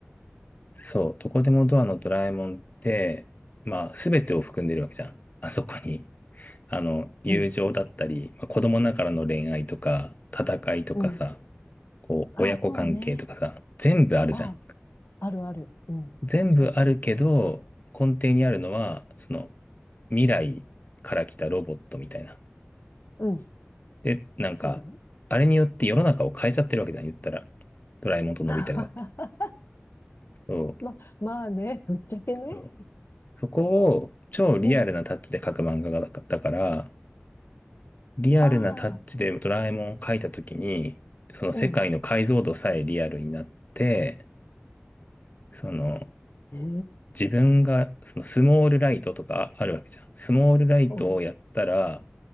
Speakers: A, on the left; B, on the left.
A: そう、どこでもドアのドラえもんって、まあ、すべてを含んでるわけじゃん。あそこに。あの、友情だったり、
B: うん。
A: まあ子供ながらの恋愛とか、戦いとかさ、
B: うん。
A: こう、
B: ああ、
A: 親子関係とかさ、
B: そうね。
A: 全部あるじゃん。
B: ああ、あるある。うん。
A: 全部あるけど、
B: 確かに。
A: 根底にあるのは、その未来から来たロボットみたいな。
B: うん。
A: で、なんか、
B: そうだね。
A: あれによって世の中を変えちゃってるわけじゃん、言ったら。ドラえもんとのび太が。
B: <laughs>
A: そう。
B: ま、まあね、ぶっちゃけね。
A: そうそこを超リアルなタッチで描く漫画がだだから、
B: うん。
A: リアルなタッチでドラえもんを描いたときに、
B: あ
A: その世界の解像度さえリアルになって、
B: あ、うん。
A: その
B: ええ
A: 自分が、そのスモールライトとかあるわけじゃん。スモールライトをやったら、
B: うん。